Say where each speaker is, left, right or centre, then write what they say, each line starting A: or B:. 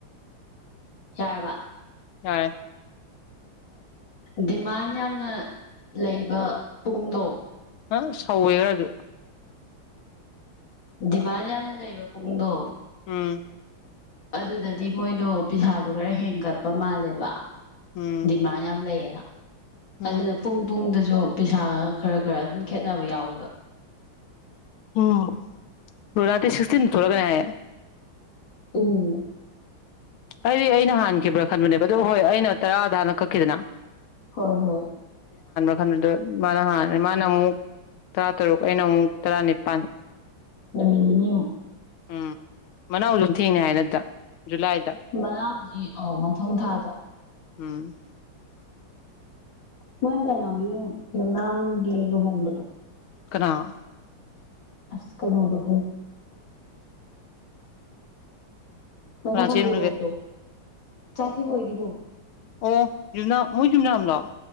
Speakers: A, on the left (about 65°); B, on the left (about 80°).
A: ꯌꯥꯔꯕ
B: ꯌꯥ
A: ꯗꯤꯃꯥꯟ ꯌꯥꯝꯅ ꯂꯩꯕ ꯄꯨꯡꯗꯣ
B: ꯑ ꯁꯧꯋꯦ ꯔꯖꯨ
A: ꯗꯤꯃꯥꯟ ꯌꯥꯝꯅ ꯂꯩꯕ ꯄꯨꯡꯗꯣ
B: ꯎꯝ
A: ꯑꯗꯨꯗꯗꯤ ꯃꯣꯏꯗꯣ ꯄꯤꯁꯥꯗꯨ ꯈꯔ ꯍꯦꯟꯒꯠꯄ ꯃꯥꯜꯂꯦꯕ
B: ꯎꯝ
A: ꯗꯤꯃꯥꯟ ꯌꯥꯝ ꯂꯩꯌꯦꯅ
B: ꯎꯝ
A: ꯑꯗꯨꯅ ꯄꯨꯡ ꯄꯨꯡꯗꯁꯨ ꯁꯨ ꯄꯩꯁꯥ ꯈꯔ ꯈꯔ ꯑꯗꯨꯝ ꯈꯦꯠꯅꯕ ꯌꯥꯎꯋꯦꯕ
B: ꯎꯝ ꯔꯇꯦ ꯁꯤꯁꯤ ꯊꯣꯂꯒ ꯍꯥꯏ
A: ꯎꯝ
B: ꯑꯩꯗꯤ ꯑꯩꯅ ꯍꯥꯟꯈꯤꯕ꯭ꯔꯥ ꯈꯟꯕꯅꯦꯕ ꯑꯗꯨ ꯍꯣꯏ ꯑꯩꯅ ꯇꯔꯥꯗ ꯍꯥꯟꯅ ꯀꯛꯈꯤꯗꯅ
A: ꯍꯣꯏ ꯍꯣꯏ
B: ꯟꯗ ꯃꯥꯅ ꯍꯥꯟꯅ ꯃꯥꯅ ꯑꯃꯨꯛ ꯇꯔꯥ ꯇꯔꯨꯛ ꯑꯩꯅ ꯑꯃꯨꯛ ꯇꯔꯥꯅꯤꯄꯥꯜ
A: ꯅꯃꯤꯒꯤꯅꯤ
B: ꯎꯝ ꯃꯅꯥꯎ ꯑꯗꯨꯝ ꯊꯦꯡꯅ ꯍꯥꯏꯅꯠꯇ ꯖꯨꯂꯥꯏꯗ
A: ꯃꯅꯥꯎꯗꯤ ꯑꯧ ꯃꯊꯪ ꯊꯥꯗ
B: ꯎꯝ
A: ꯃꯣꯏ ꯀꯅꯣꯒꯤ ꯌꯨꯝꯅꯥꯝꯒꯤ ꯂꯨꯍꯣꯡꯕꯗꯣ
B: ꯀꯅꯥꯥ
A: ꯑꯁ ꯀꯩꯣꯗꯣꯍꯦ ꯉꯁꯥ
B: ꯀꯅꯥ
A: ꯐꯪꯂꯤꯗꯧꯕꯗꯣ
B: ꯆꯦꯟꯈ꯭ꯔꯒꯦ
A: ꯆꯥꯏꯊꯕ ꯑꯣꯏꯒꯗꯨꯨ
B: ꯑꯣ ꯌꯅ ꯃꯣꯏ ꯅꯝꯗꯣ